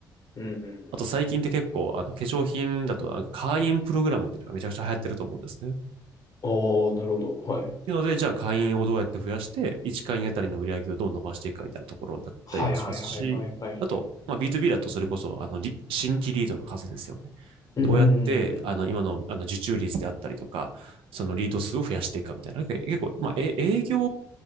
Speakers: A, on the left; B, on the right.
A: うんうんうん。
B: あと最近って結構、あの、化粧品だと、なんか会員プログラムっていうのがめちゃくちゃ流行ってると思うんですね。
A: ああ、なるほど。はい。
B: いうので、じゃあ会員をどうやって増やして、1会員あたりの売り上げをどう伸ばしていくかみたいなところだったりもしますし、
A: はいはいはいはいはいはい。
B: あと、まあ、B2B だとそれこそ、あの、新規リードの数ですよね。
A: うんうんうんうん。
B: どうやって、あの、今の、あの、受注率であったりとか、そのリード数を増やしていくかみたいな。結構、まあ、え営業